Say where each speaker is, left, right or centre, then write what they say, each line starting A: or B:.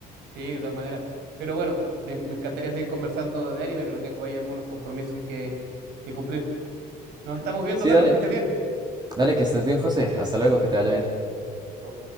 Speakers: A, on the right; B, on the right.
A: Sí, de todas maneras. Pero bueno, de- me encantaría seguir conversando de anime, pero tengo ahí algunos compromisos que, que cumplir. Nos estamos viendo,
B: Sí,
A: Carlos,
B: dale,
A: que estés bien.
B: dale, que estés bien, José. Hasta luego, que te vaya bien.
A: Chau.